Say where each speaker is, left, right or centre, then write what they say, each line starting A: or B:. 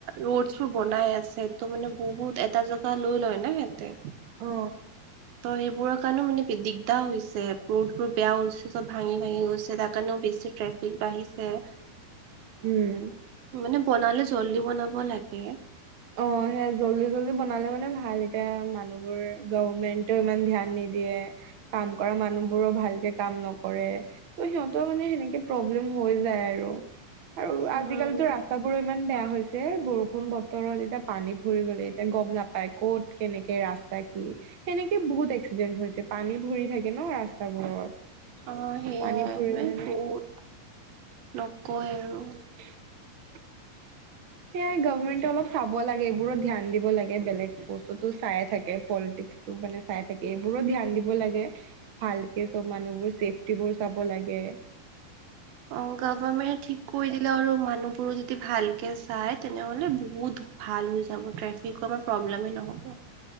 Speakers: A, on the right (about 75°); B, on the right (about 55°).
A: ৰোডবোৰ বনাই আছে তো মানে বহুত এড - এটা জেগা লৈ লয় না সিহঁতে।
B: অ।
A: ত এইবোৰৰ কাৰণেও মানে দিগদাৰ হৈছে ৰোডবোৰ বেয়া হৈছে চব ভাঙি ভাঙি গৈছে তাৰ কাৰণেও বেছি টে - ফিক বাঢ়িছে।
B: উম।
A: মানে বনালে জল্দি বনাব লাগে।
B: অ সেয়া জল্দি জল্দি বনালে মানে ভাল এতিয়া মানুহবোৰ গভমেন্টেও ইমান ধ্যান নিদিয়ে। কাম কৰা মানুহবোৰো ভালকে কাম নকৰে। ত' সিহঁতৰ মানে সেনেকে প্ৰব্লেম হৈ যায় আৰু। আৰু
A: উম,
B: আজিকালিতো ৰাস্তাবোৰো ইমান বেয়া হৈছে বৰষুণ ব - তৰত এতিয়া পানী ভৰি গ'লে এতিয়া গম নাপায় ক'ত কেনেকে ৰাস্তা কি - সেনেকে বহুত এক্সিডেণ্ট হৈছে, পানী ভৰি থাকে ন ৰাস্তাবোৰত।
A: অ সেয়া
B: পানী ভৰি
A: মানে
B: গ'লে
A: বহুত নকয় আৰু।
B: <unintelligible> সেয়াই গভমেন্টে অলপ চাব লাগে এইবোৰত ধ্যান দিব লাগে বেলেগ বস্তুতটো চাইে থাকে পলিটিক্স - মানে চাই থাকে এইবোৰো ধ্যান দিব লাগে। ভালকে চব মানুহবোৰ চেফটিবোৰ চাব লাগে।
A: অ গভৰমেণ্ট ঠিক কৰি দি - লে আৰু মানুহবোৰো যদি ভালকে চাই তেনেহলে বহুত ভাল হৈ যাব ট্ৰেফিক কম- প্ৰব্লেমেই নহ'ব।